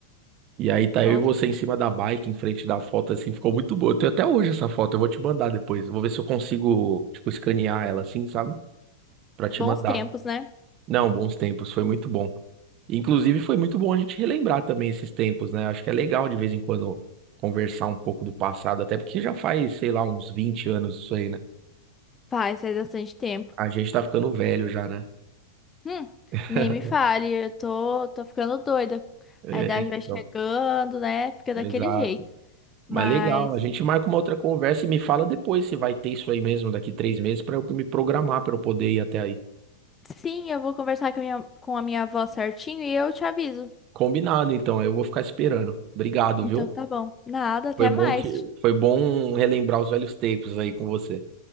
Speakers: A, on the right (about 40°); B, on the left (about 20°).
A: E aí tá
B: Nossa,
A: eu e você em cima da bike, em frente da foto, assim, ficou muito boa. Eu tenho até hoje essa foto, eu vou te mandar depois. Eu vou ver se eu consigo, tipo, escanear ela assim, sabe? Pra te
B: bons
A: mandar.
B: tempos, né?
A: Não, bons tempos, foi muito bom. Inclusive, foi muito bom a gente relembrar também esses tempos, né? Acho que é legal de vez em quando conversar um pouco do passado, até porque já faz, sei lá, uns 20 anos isso aí, né?
B: Faz, faz bastante tempo.
A: A gente tá ficando velho já, né?
B: Hum,
A: <laughs>
B: nem me fale, eu tô, tô ficando doida.
A: É,
B: A idade vai chegando,
A: então,
B: né? Fica
A: exato.
B: daquele jeito. Mas
A: Mas legal, a gente marca uma outra conversa e me fala depois se vai ter isso aí mesmo daqui três meses para eu me programar para eu poder ir até aí.
B: sim, eu vou conversar com a minha, com a minha avó certinho e eu te aviso.
A: Combinado, então, eu vou ficar esperando. Obrigado,
B: Então
A: viu?
B: tá bom. Nada, até
A: Foi bom
B: mais.
A: te... Foi bom relembrar os velhos tempos aí com você.